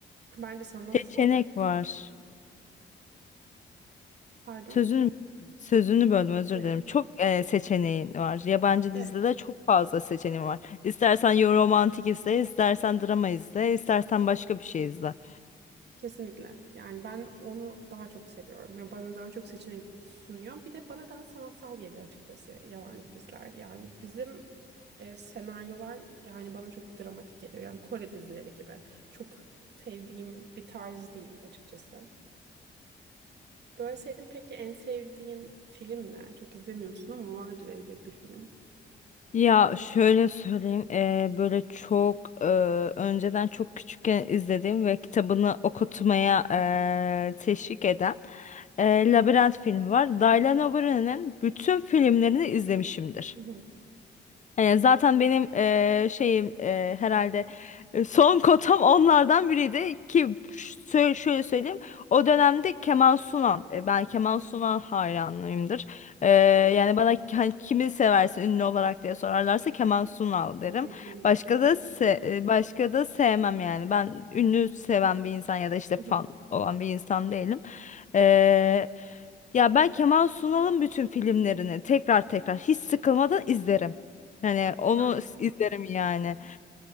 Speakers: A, on the right; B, on the left.
A: bence sanatsal
B: Seçenek
A: kısmı.
B: var.
A: Pardon.
B: Sözünü sözünü böldüm özür
A: Evet,
B: dilerim. Çok e, seçeneğin var. Yabancı
A: evet,
B: dizide de çok fazla seçeneğin var. İstersen yo- romantik izle, istersen drama izle, istersen başka bir şey izle.
A: kesinlikle. Yani ben onu daha çok seviyorum. Yani bana daha çok seçenek sunuyor. Bir de bana daha sanatsal geliyor açıkçası yabancı diziler. Yani bizim e, senaryolar yani bana çok dramatik geliyor. Yani Kore dizileri gibi. Çok sevdiğim bir tarz değil açıkçası. Böyle sevdiğin peki en sevdiğin film ne? Çok izlemiyorsun ama vardır elbet bir film.
B: Ya şöyle söyleyeyim eee, böyle çok eee, önceden çok küçükken izlediğim ve kitabını okutmaya eee, teşvik eden eee Labirent filmi var. Dylan O'Brien'in bütün filmlerini izlemişimdir.
A: Hı hı.
B: Yani zaten benim eee, şeyim eee, herhalde e, son <laughs> kotam onlardan biriydi ki ş- sö- şöyle söyleyeyim o dönemde Kemal Sunan e, ben Kemal Sunan hayranıyımdır. Eee, yani bana ki- hani kimi seversin ünlü olarak diye sorarlarsa Kemal Sunal derim.
A: Zeki bir
B: Başka
A: adam.
B: da se
A: Yani.
B: e, başka da sevmem yani ben ünlü seven bir insan ya da işte fan
A: Hı hı.
B: olan bir insan değilim. Eee, ya ben Kemal Sunal'ın bütün filmlerini tekrar tekrar hiç sıkılmadan izlerim. Hani onu
A: Ben
B: s- izlerim yani.